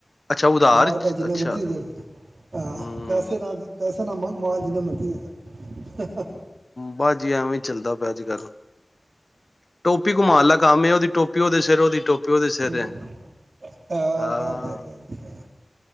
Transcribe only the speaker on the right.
ਮਾਲ ਭਾਏ ਜਿੰਨਾ
ਮਰਜ਼ੀਂ ਦੇਦੇ ਆਂ
ਪੈਸੇ ਨਾ ਦੇ ਪੈਸ ਪੈਸਾ ਨਾ ਮੰਗ, ਮਾਲ ਜਿੰਨਾਂ ਮਰਜੀ ਦੇ ਜਾ।
ਹੂੰ,
ਆ
ਬਾ-ਬਾ-ਬਾ-ਬਸ,